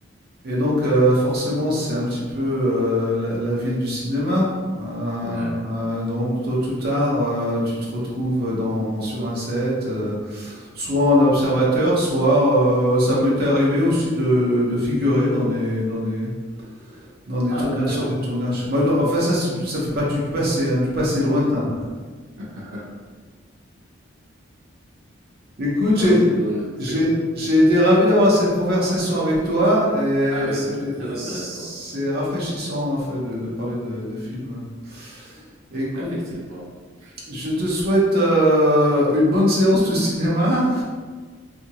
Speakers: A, on the right; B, on the right.
A: et donc heu, forcément, c'est un petit peu, heu, la la ville du cinéma, heu,
B: Ouais.
A: donc tôt ou tard, heu, tu te retrouves, dans sur un set, heu, soit en observateur, soit, heu, ça m'est arrivé aussi de de figurer dans des dans des dans des
B: Ah,
A: tournages
B: carrément.
A: sur des tournages. Bah, enfin ça, c'est du ça fait partie du passé, hein, du passé lointain.
B: <laughs>
A: Écoute,
B: bah
A: j'ai,
B: c'est
A: Donc,
B: cool, c'est
A: j'ai-
B: cool.
A: j'ai été ravi d'avoir cette conversation avec toi et
B: Ah oui,
A: c'est,
B: c'est très, très intéressant.
A: c'est rafraîchissant en fait de, de parler de, de films. Écoute,
B: Effectivement. <laughs>
A: je te souhaite euh, une bonne séance de cinéma